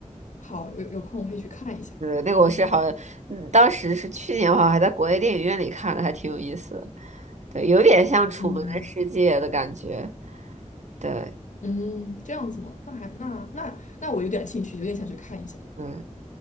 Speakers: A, on the left; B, on the right.
A: 好，有有空我会去看一下。
B: 对，那个我是好像，
A: 嗯
B: 嗯，当时是去年，好像还在国内电影院里看的，还挺有意思的。对，有点像《楚门的世界》的感觉。
A: 嗯
B: 对，
A: 嗯，这样子吗？那还那那那我有点兴趣，有点想去看一下
B: 嗯，